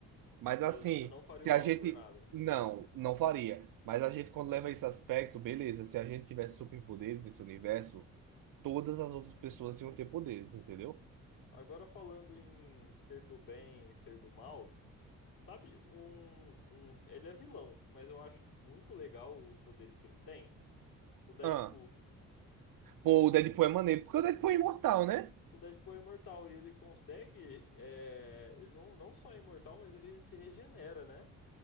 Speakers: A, on the right; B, on the left.
A: Mas
B: Você
A: assim,
B: não faria
A: se
B: o
A: a
B: mal
A: gente
B: por nada.
A: não, não faria. Mas a gente quando leva esse aspecto, beleza, se a gente tivesse superpoderes nesse universo, todas as outras pessoas iam ter poderes, entendeu?
B: Agora falando em ser do bem, ser do mal, sabe um, um, ele é vilão, mas eu acho muito legal os poderes que ele tem. O Deadpool.
A: Ah, pô, o Deadpool é maneiro, porque o Deadpool é imortal, né?
B: O Deadpool é imortal e ele consegue, é, ele não, não só é imortal, mas ele se regenera, né?